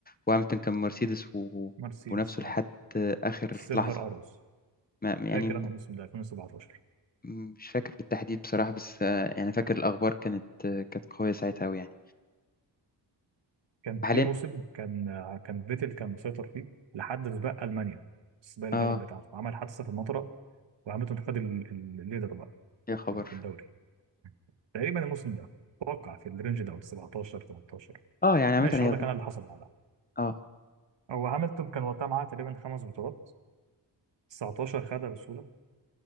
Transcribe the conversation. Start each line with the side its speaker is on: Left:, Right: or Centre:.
Left: وهاملتون كان مرسيدس و- و-
Right: مرسيدس
Left: ونفسه
Right: اه
Left: لحد آه، آخر
Right: سيلفر
Left: لحظة
Right: اروز
Left: ما يعني
Right: فاكر
Left: م-
Right: انا الموسم ده 2017
Left: مش فاكر بالتحديد بصراحة بس آه يعني فاكر الأخبار كانت آه كانت قوية ساعتها أوي يعني
Right: كان
Left: حاليا
Right: في موسم كان آه، كان فيتل كان مسيطر فيه لحد سباق المانيا سباق البلد
Left: اه
Right: بتاعته عمل حادثه في المطره وهامilton خد ال- ال- الليدر بقى
Left: يا خبر
Right: في في الدوري تقريبا الموسم ده اتوقع في الرينج ده 17 18
Left: اه يعني عامة
Right: ماشي
Left: هي
Right: هقول لك انا اللي حصل بعدها
Left: اه
Right: هو هامilton كان وقتها معاه تقريبا خمس بطولات 19 خدها بسهوله